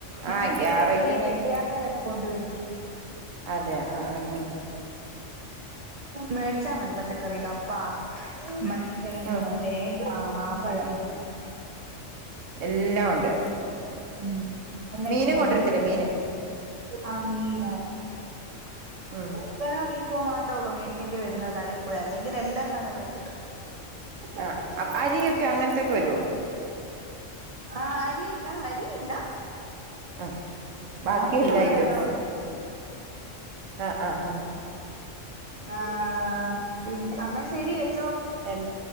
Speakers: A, on the right; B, on the right.
A: ഞമ്മക്ക്
B: ആഹ് എങ്കി
A: ഇതിലെ
B: ആ റേറ്റന്നെ
A: എല്ലാ ഈ പെട്ടിയാപ്പലോക്കെ
B: ആയിരിക്കും
A: കൊണ്ട് വരും
B: അതെ ആഹ് ആഹ് ഉം
A: മേടിച്ചാ മതി പച്ചക്കറി കപ്പ മധുരക്കിഴങ്ങ്
B: ഉം
A: തേങ്ങ മാമ്പഴം
B: ഉം എല്ലാം ഉണ്ട്
A: ഉം എല്ലാം
B: മീനും
A: ഇങ്ങനെ വണ്ടീല്
B: കൊണ്ടുവരത്തില്ലേ
A: കൊണ്ടരോ
B: മീന്
A: ആഹ് മീന്
B: ഉം
A: ചിക്കനോ ബീഫോ മാത്രേള്ളൂ മേടിക്കേണ്ടി വര്ന്നത് കടേ പോയി അല്ലെങ്കില് എല്ലാ സാധനും ഇവിടെ കിട്ടും
B: ആഹ് അ അരിയൊക്കെ അങ്ങനത്തൊക്കെ വരോ
A: ആഹ് അരി ഇല്ല അരിയില്ല
B: ആഹ് ബാക്കി
A: ബാക്കിയുള്ളതെല്ലാം
B: എല്ലാ ഐറ്റംസ്
A: വരും
B: ആഹ് ആഹ്
A: ആഹ് പിന്നെ എന്നാ ശെരി വെച്ചോ
B: എൻ